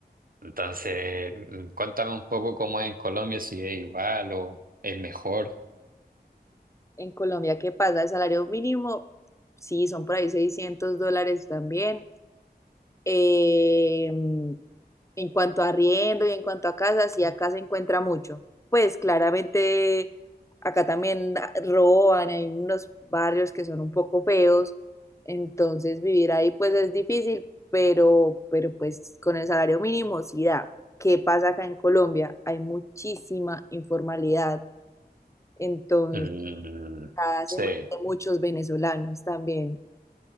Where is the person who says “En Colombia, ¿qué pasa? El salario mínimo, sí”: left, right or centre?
Left